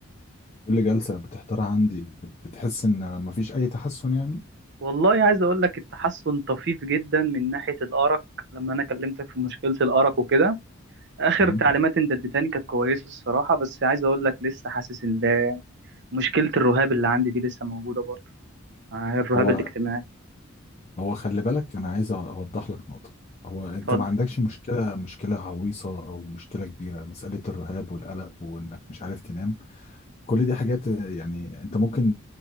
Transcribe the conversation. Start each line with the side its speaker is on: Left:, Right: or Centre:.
Left: كل جلسة بتحضرها عندي بت- بتحس ان مفيش اي تحسن يعني
Right: والله عايز اقول لك التحسن طفيف جدا من ناحيه الارق لما انا كلمتك في مشكله الارق وكده اخر
Left: مم.
Right: تعليمات انت اديتني كانت كويسه الصراحه بس عايز اقول لك لسه حاسس ان ده مشكله الرهاب اللي عندي دي لسه موجوده برضه آه، الرهاب
Left: هو
Right: الاجتماعي
Left: هو خلي بالك انا عايز اوضح لك نقطة هو انت
Right: اتفضل
Left: ما عندكش مشكلة مشكلة عويصة او مشكلة كبيرة مسألة الرهاب والقلق وانك مش عارف تنام كل دي حاجات يعني انت ممكن